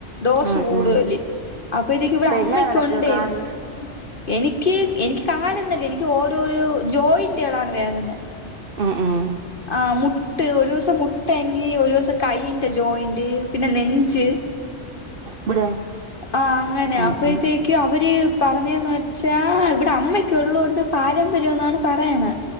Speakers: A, on the left (about 45°); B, on the right (about 50°).
A: ഡോസ്
B: ഉം
A: കൂടുല്
B: ഉം
A: അപ്പൊതെക്ക് ഇവിടെ
B: ഇപ്പ
A: അമ്മയ്കൊണ്ടെർന്ന്
B: എങ്ങനെ നിനക്ക് കാല്
A: എനിക്ക് എനിക്ക് കാലെന്നല്ല എനിക്ക് ഓരോരോ ജോയിന്റകളാണ് വേദന
B: ആഹ ആഹ
A: ആഹ മുട്ട് ഒരു ദിവസം മുട്ടങ്കിൽ ഒരു ദിവസം കൈന്റെ ജോയിന്റ് പിന്നെ നെഞ്ച്
B: ഇവിടെ
A: ആഹ അങ്ങനെ
B: ഉം
A: അപ്പഴത്തേക്ക്
B: ഉം
A: അവര് പറഞ്ഞതെന്ന് വെച്ചാ ഇവിടെ അമ്മക്ക ഉള്ളത്കൊണ്ട് പാരമ്പര്യംന്നാണ് പറയണെ